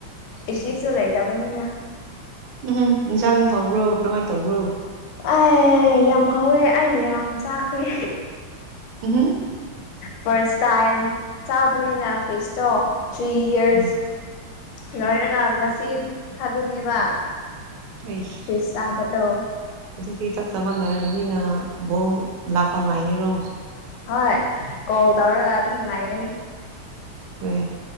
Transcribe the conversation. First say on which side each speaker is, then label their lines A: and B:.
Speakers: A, on the left; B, on the right.
A: ꯏꯁꯤꯡꯁꯨ ꯂꯩꯇꯕꯅꯤꯅ
B: ꯎꯝꯍꯝ ꯏꯟꯁꯥꯡꯗꯤ ꯍꯥꯎꯕ꯭ꯔꯣ ꯀꯔꯝꯃꯥꯏ ꯇꯧꯕ꯭ꯔꯣ
A: ꯑꯦ ꯌꯥꯝ ꯍꯥꯎꯋꯦ ꯑꯩ ꯌꯥꯝ ꯆꯥꯈ꯭ꯔꯦ
B: ꯎꯝꯍꯨꯝ
A: ꯐꯔꯁ ꯇꯥꯏꯝ ꯆꯥꯕꯅꯤꯅ ꯐꯤꯁ ꯇꯣ ꯊ꯭ꯔꯤ ꯌꯔꯁ
B: ꯎꯝ
A: ꯂꯣꯏꯔꯒ ꯉꯁꯤ ꯈꯖꯅꯦꯕ
B: ꯑꯩꯁ
A: ꯐꯤꯁꯁꯥꯕꯗꯣ
B: ꯍꯧꯖꯤꯛꯇꯤ ꯆꯥꯛ ꯆꯕ ꯂꯣꯔꯕꯅꯤꯅ ꯕꯣꯜ ꯂꯥꯛꯄ ꯉꯥꯏꯒꯤꯔꯣ
A: ꯍꯣꯏ ꯀꯣꯜ ꯇꯧꯔꯒ ꯑꯗꯨꯝ ꯉꯥꯏꯒꯅꯤ
B: ꯍꯣꯢ